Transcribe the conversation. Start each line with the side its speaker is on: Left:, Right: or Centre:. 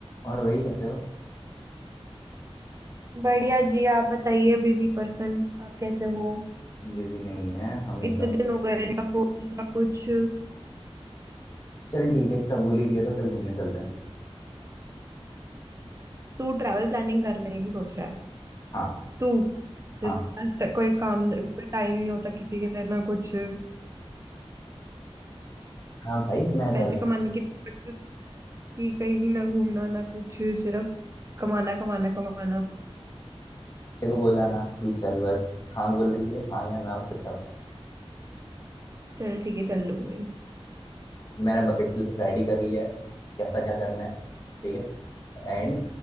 Left: और वही कैसे हो
Right: बढ़िया जी आप बताइए बिजी पर्सन आप कैसे हो
Left: बिजी नहीं है हम एकदम
Right: इतने दिन हो गए ना फोन ना कुछ
Left: चल ठीक है इतना बोल ही रही है तो चल घूमने चलते हैं
Right: तू ट्रैवल प्लानिंग करने की सोच रहा है
Left: हाँ
Right: तू जिसके
Left: हाँ
Right: पास ट- कोई काम कोई टाइम नहीं होता किसी के लिए ना कुछ
Left: हाँ भाई मैं ट्रैवल
Right: पैसे कमाने की सोच कि कहीं ना घूमना ना कुछ सिर्फ कमाना कमाना कमाना
Left: तेरे को बोला ना तू चल बस हाँ बोल रही है हाँ या ना बस इतना बता
Right: चल ठीक है चल लूंगी
Left: मैंने बकेट रेडी कर लिया है कैसा क्या करना है ठीक है एंड